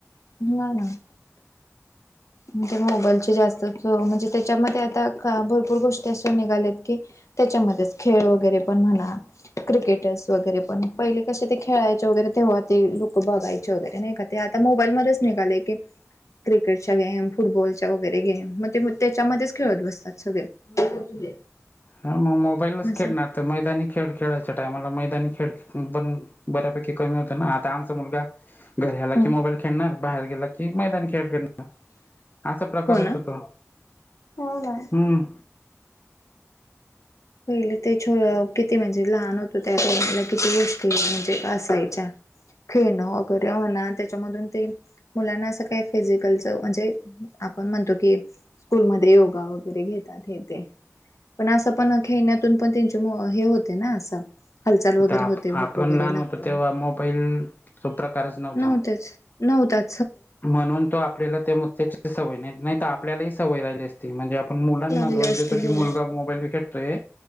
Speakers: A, on the left; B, on the left.
A: हाना.. म्हणजे मोबाईलचे जास्त म्हणजे त्याच्यामध्ये आता भरपूर गोष्टी असे निघाल्यात की त्याच्यामध्येच खेळ वगैरे पण म्हणा क्रिकेटर्स वगैरे पण पहिले कसे ते खेळायचे वगैरे तेव्हा ते लोक बघायचे वगैरे नाही का. ते आता मोबाईल मध्येच निघाले की क्रिकेट चे गेम फुटबॉलच्या वगैरे गेम म ते त्याच्यामध्येच खेळत बसतात सगळे. <unintelligible>
B: हा मग मोबाईलच
A: असं
B: खेळणार तर मैदानी खेळ खेळायच्या टाईमाला मैदानी खेळ बन बऱ्यापैकी कमी होत ना आता आमचा मुलगा घर आला
A: हम्म
B: की मोबाईल खेळणार, बाहेर गेला की मैदानी खेळ खेळणा असा प्रकार
A: हो ना
B: होतो तो
A: हो ना
B: हम्म.
A: पहिले ते छो किती म्हणजे लहान होतो त्या वेळी किती गोष्टी म्हणजे असायच्या. खेळणं वगैरे होण त्याच्यामधून ते मुलांना असं काही फिजिकलच म्हणजे आपण म्हणतो की स्कूलमध्ये योगा वगैरे घेतात हे तेे पण असं पण खेळण्यातून पण त्यांचे मो हे होते ना असं. हालचाल वगैरे
B: आता आप
A: होते भूक
B: आपण
A: वगैरे
B: लहान
A: लागते
B: होतो तेव्हा मोबाईल तो प्रकारच नव्हता
A: नव्हतेच. नव्हतात.
B: म्हणून तो आपल्याला त्या मु त्याची सवय नाही, नाही तर आपल्यालाही सवय राहिली असती. म्हणजे आपण मुलांना
A: लागले
B: दोष
A: असते
B: देतो की
A: हो
B: मुलगा मोबाईलीेतोय.